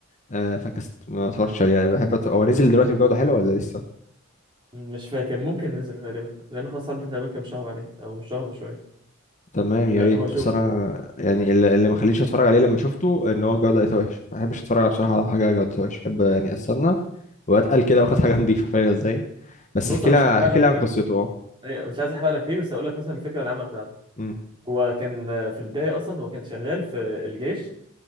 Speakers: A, on the left (about 35°); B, on the right (about 20°).
A: آه، فكست ما اتفرجتش عليه يعني بحب أت... هو نزل دلوقتي بجوده حلوه ولا لسه
B: مش فاكر ممكن نزل غالبا لانه خلاص عدى تقريبا كام شهر عليه او شهر وشويه
A: تمام يا
B: أه
A: ريت
B: هو شوف
A: اصل انا يعني اللي اللي ما خلينيش اتفرج عليه لما شفته ان هو الجوده لقيتها وحش ما بحبش اتفرج على بصراحه على حاجه جودتها وحش بحب يعني استنى واتقل كده واخد حاجه <laughs> نظيفه فاهم ازاي بس
B: بص
A: احكي
B: انا
A: لها
B: مش هحرق
A: احكي
B: لك
A: لها
B: فيه
A: عن قصته اه
B: أيوة، مش عايز احرق لك فيه بس هقول لك مثلا الفكره العامه بتاعته
A: امم
B: هو كان آه، في البدايه اصلا هو كان شغال في الجيش